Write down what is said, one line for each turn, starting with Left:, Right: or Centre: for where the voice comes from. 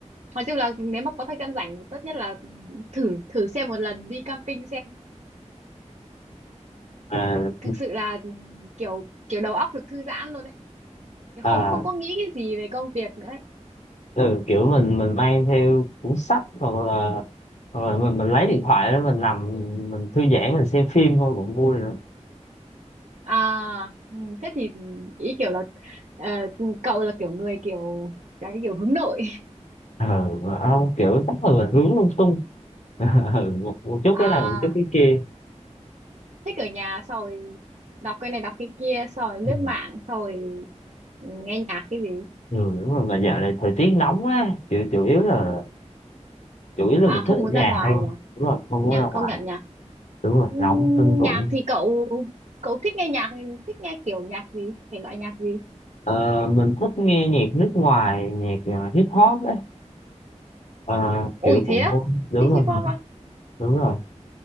Right: nói chung là nếu mà có thời gian rảnh thì tốt nhất là thử thử xem một lần đi camping xem
Left: à,
Right: thực sự là kiểu kiểu đầu óc được thư giãn luôn đấy
Left: à
Right: không không có nghĩ cái gì về công việc nữa ấy.
Left: ừ, kiểu mình mình mang theo cuốn sách hoặc là hoặc là mình mình lấy điện thoại đó mình nằm mình, mình thư giãn mình xem phim thôi cũng vui nữa
Right: à ừm, thế thì ý kiểu là ờ, cậu là kiểu người kiểu cái kiểu hướng nội
Left: ừ, mà không kiểu chắc là mình hướng lung tung <laughs> ừ, một, một
Right: <laughs>
Left: chút
Right: à
Left: cái này một chút cái kia
Right: thích ở nhà xong rồi đọc cái này đọc cái kia xong rồi lướt
Left: Ừ.
Right: mạng xong rồi nghe nhạc cái gì
Left: Ừ, đúng rồi mà dạo này thời tiết nóng á chủ chủ yếu là chủ yếu là
Right: à
Left: mình thích
Right: không
Left: ở
Right: muốn
Left: nhà
Right: ra ngoài
Left: hơn
Right: nhỉ
Left: đúng rồi không
Right: nhỉ
Left: muốn ra ngoài
Right: công nhận nhỉ
Left: đúng rồi
Right: Ừm,
Left: nóng kinh khủng
Right: nhạc thì cậu cậu thích nghe nhạc thích nghe kiểu nhạc gì thể loại nhạc gì
Left: ờ, mình thích nghe nhạc nước ngoài nhạc ờ, hip hop ấy ờ,
Right: ôi
Left: kiểu
Right: thế
Left: của
Right: á
Left: đúng
Right: thích
Left: rồi
Right: hip hop á
Left: đúng rồi